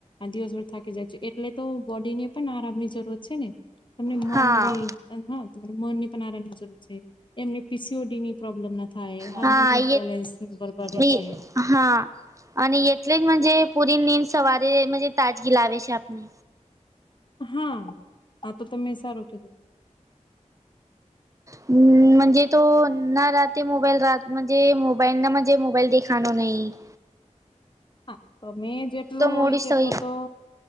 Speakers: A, on the left; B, on the right.
A: દિવસભર થાકી જાય છો એટલે તો બોડી ને પણ આરામની જરૂરત છે ને. તમને
B: હા
A: મનની હામને મનની પણ આરામની જરૂર છે એમને પી સી ઓ ડી ની પ્રોબ્લેમ ના થાય, હાર્મોનસ
B: હા
A: બેલેન્સ બરાબર રહે
B: એ
A: છે.
B: હા અને એટલે નું જ પૂરી નીંદ સવારે તાજગી લાવે છે આપને.
A: હા આ તો તમે સારું કીધો.
B: હમ્મ, મજે તો ના રાતે મોબાઈલ રાતજ મોબાઈલ નાજ મોબાઈલ દેખાનો નહીં. હ
A: હા તો મે જેટલો હોય
B: મોડી
A: તેટલો
B: સઈ
A: તો